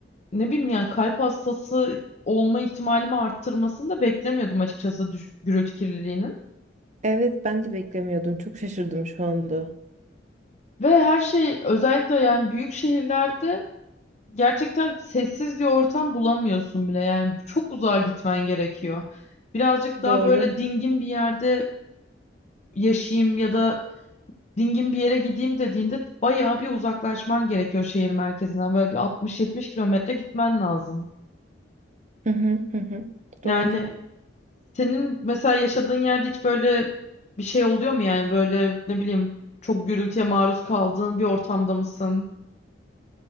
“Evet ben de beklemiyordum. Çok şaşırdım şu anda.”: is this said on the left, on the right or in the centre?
Right